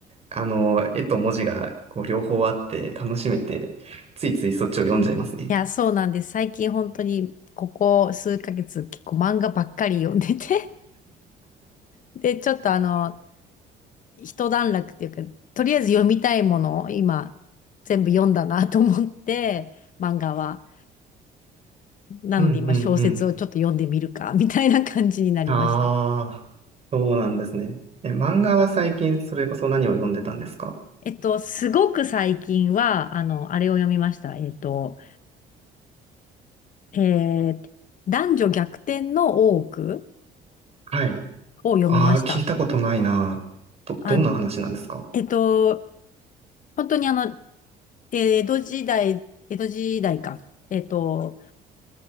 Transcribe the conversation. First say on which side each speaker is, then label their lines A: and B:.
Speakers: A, on the right (about 40°); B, on the left (about 50°).
A: あの、絵と文字がこう両方あって楽しめて、ついついそっちを読んじゃいますね。
B: いや、そうなんです。最近本当にここ数ヶ月結構漫画ばっかり読んでて <laughs> で、ちょっとあの、一段落っていうか、とりあえず読みたいものを今全部読んだなと思って、漫画は。なので今小説をちょっと読んでみるか、
A: うんうんうん。
B: みたいな感じになりました。
A: ああ、そうなんですね。え、漫画は最近それこそ何を読んでたんですか
B: えっと、すごく最近は、あの、あれを読みました。えっと、えー男女逆転の大奥
A: はい。
B: を読みました。
A: ああ、聞いたことないな。ど、
B: あ、
A: どんな話なんですか
B: えっと、本当にあの、で、江戸時代、江戸時代か。えっと、